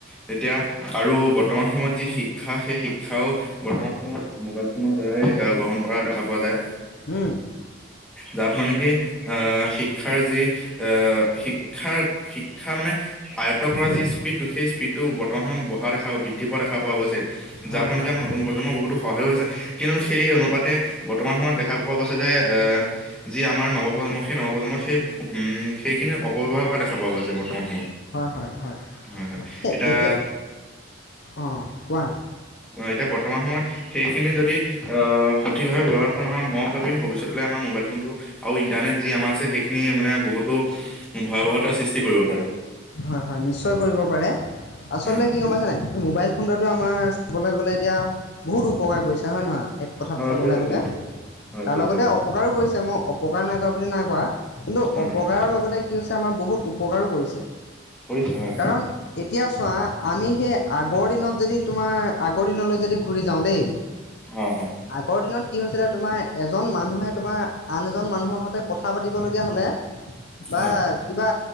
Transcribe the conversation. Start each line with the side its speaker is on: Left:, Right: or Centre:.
Centre: তেতিয়া আৰু বৰ্তমান সময়ত যি শিক্ষা সেই শিক্ষাও বৰ্তমান সময়ত মোবাইল ফোনৰ দ্বাৰাই গ্ৰহণ কৰা দেখা পোৱা যায়।
Left: উম
Centre: যাৰ ফলত নেকি আ শিক্ষাৰ যি আ শিক্ষাৰ শিক্ষা মানে আয়ত্ত কৰা
Left: উম
Centre: যি স্পীডটো সেই স্পীডটো বৰ্তমান সময়ত অহা দেখা বৃদ্ধি পোৱা দেখা পোৱা গৈছে।
Left: হয়
Centre: যাৰ ফল
Left: হয়
Centre: নেকি আমাৰ নতুন প্ৰজন্মৰ বহুতো সহায়ো হৈছে, কিন্তু সেই অনুপাতে বৰ্তমান সময়ত দেখা পোৱা গৈছে যে, এ যি আমাৰ নৱপ্ৰজন্ম, সেই নৱপ্ৰজন্ম সে সেইখিনি অপব্যৱহাৰ কৰা দে দেখা পোৱা গৈছে ৰ্বতমান। হয়,
Left: হয় হয়
Centre: হয় হয়,
Left: সেই
Centre: এটিয়া
Left: এতিয়া অঁ কোৱা
Centre: অ' এতিয়া বৰ্তমান সময়ত সেইখিনি যদি অ' সঠিকভাৱে ব্যৱহাৰ কৰা নহয়, মই ভাবিম ভৱিষ্যতলৈ আমাৰ মোবাইল ফোনটো আৰু ইণ্টাৰনেট যি আমাৰ আছে সেইখিনি মানে বহুতো ভয়াৱহতাৰ সৃষ্টি কৰিব পাৰে।
Left: হয় হয় নিশ্চয় কৰিব পাৰে, আচলতে
Centre: উম
Left: কি
Centre: উম
Left: গম পাইছে নাই, মোবাইল ফোনটোতো আমাৰ চাবলৈ গ'লে এতিয়া বহুত উপকাৰ কৰিছে হয় নহয় এক কথাত
Centre: হয়
Left: চাবলৈ
Centre: কৰিছে
Left: গ'লে।
Centre: কৰিছে হয় হয়
Left: তাৰ
Centre: কৰিছে
Left: লগতে
Centre: হয়
Left: অপকাৰো কৰিছে, মই অপকাৰ নাই কৰা বুলি নাই কোৱা, কিন্তু
Centre: হয়
Left: অপকাৰৰ
Centre: হয়
Left: লগতে কি হৈছে আমাৰ বহুত উপকাৰো কৰিছে।
Centre: কৰিছ হয়।
Left: কাৰণ এতিয়া চোৱা আমি সেই আগৰ দিনত যদি তোমাৰ আগৰ দিনলৈ যদি ঘূৰি যাওঁ দেই
Centre: হয়
Left: আগৰ দিনত কি হৈছিলে তোমাৰ এজন মানুহে তোমাৰ আন এজন মানুহৰ সৈতে কথা পাতিবলগীয়া হ'লে। বা
Centre: হয়
Left: কিবা